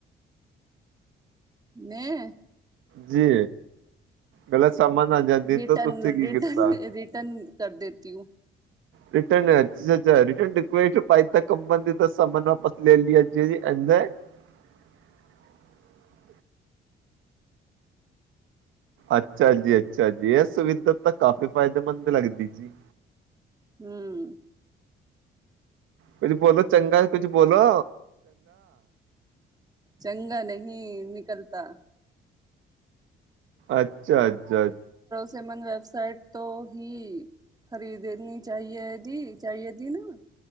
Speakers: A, on the right; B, on the right.
A: ਮੈਂ
B: ਜੀ ਗਲਤ ਸਾਮਾਨ ਆ ਜਾਂਦੀ
A: ਰਿਟਨ
B: ਤਾਂ ਤੁਸੀਂ ਕੀ
A: ਰਿਟਨ
B: ਕੀਤਾ
A: ਰਿਟਨ ਕਰ ਦੇਤੀ ਹ
B: ਰਿਟਨ ਅ ਅਛਾ ਰਿਟਨ ਰਿਕਵੇਸਟ ਪ ਤਾਂ ਕੰਪਨੀ ਤਾਂ ਸਾਨ ਵਾਪਸ ਲੈ ਲਈ ਹੈ ਜ ਅ <unintelligible> ਅੱਛਾ ਜੀ ਅੱਛਾ ਜੀ ਇਹ ਸੁਵਿਧਾ ਤਾਂ ਕਾਫ਼ੀ ਫਾਇਦੇਮੰਦ ਲੱਗਦੀ ਜੀ
A: ਹਮ
B: ਕੁਛ ਬੋਲੋ ਚੰਗਾ ਕੁਛ ਬੋਲੋ
A: ਚੰਗਾ ਨਹੀਂ ਨਿਕਲ ਤਾਂ
B: ਅੱਛਾ ਅੱਛਾ ਅੱਛਾ
A: ਸਮਨ ਵੈਬਸਾਈਟ ਤੋਂ ਹੀ ਖਰੀਦਣੀ ਚਾਹੀਏ ਜੀ ਚਾਹੀਏ ਜੀ ਨਾ